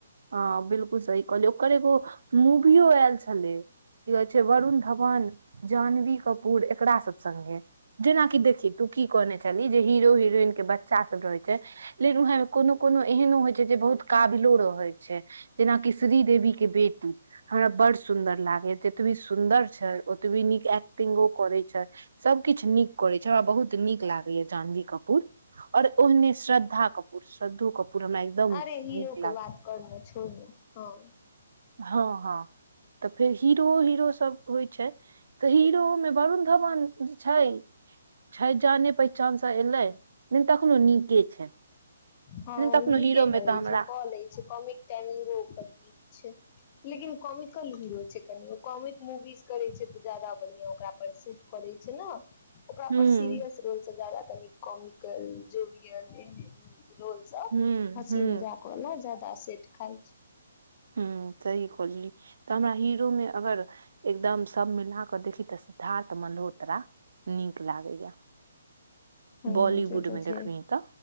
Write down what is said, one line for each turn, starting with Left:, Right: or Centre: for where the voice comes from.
Right: हँ बिलकुल सही कहलिओ ओकर एगो मूवियो आयल छलै की कहै छै वरुण धवन जान्नवी कपूर एकरा सब संगे जेना कि देखहि तू की कहने छलन्हि हीरो हिरोइन के बच्चा सब रहै छै ले फेर उहै मे कोनो कोनो एहनो होइ छै जे बहुत काबिलो रहै छै जेना की श्री देेवी के बेटी हमरा बड़ सुंन्दर लागे जतबी सुन्दर छै ओतबी नीक एक्टिंग करै छै सब किछ नीक करै छै हमरा बहुत नीक लाग जानवी कपूर आओर ओहिने श्रद्धा कपूर श्रद्धू कपूर हमरा एकदम
Left: अरे हीरो
Right: नीक लाग
Left: के बात करने छोड़ने हँ
Right: हँ हँ तऽ फेर हीरो हीरो सब के होइ छै तऽ ही रो मे वरुण धवन छै छै जाने पहिचानसँ एयलै लेकिन तखनो नीके छै लेकिन
Left: हँ
Right: तखनो
Left: नीके
Right: हीरो मे
Left: करै
Right: तऽ हमरा
Left: छै कऽ ले छै कॉमिक टाइमिंगो नीक छै लेकिन कॉमिकल हीरो छै कनि ओ कॉमिक मूवीज करै छै तऽ ज्यादा बढ़िआ ओकरा पर सेट करै छै ने ओकरा
Right: हुँ
Left: पर सीरियस रोलसँ जादा कनि कॉमिकल जोरियल एहने रोल सब
Right: हुँ
Left: हँसी
Right: हुँ
Left: मजाक वाला ज्यादा सेट खाय छै
Right: ह सही कहली तऽ हमरा हीरो मे अगर एकदम सब मिला कऽ देखी तऽ सिद्धार्थ मल्होत्रा नीक लागैया
Left: हूं
Right: बॉलीवुड
Left: से तऽ
Right: मे
Left: छै
Right: देखबी तऽ